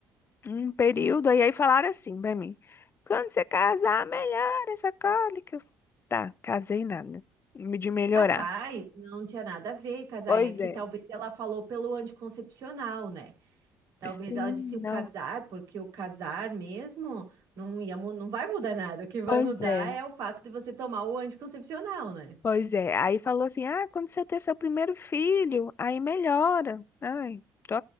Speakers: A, on the left (about 35°); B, on the right (about 65°).
A: um período, e aí falaram assim pra mim: quando você casar, melhora essa cólica. Tá, casei nada, me- de melhorar.
B: capaz, não tinha nada a ver, casar
A: Pois
B: é que
A: é.
B: talvez ela falou pelo anticoncepcional, né? Talvez
A: Sim,
B: ela disse o casar,
A: não.
B: porque o casar mesmo não ia, mu- não vai mudar nada. O que vai
A: Pois
B: mudar
A: é.
B: é o fato de você tomar o anticoncepcional, né?
A: Pois é, aí falou assim, ah, quando você ter seu primeiro filho, aí melhora. Ai, tô...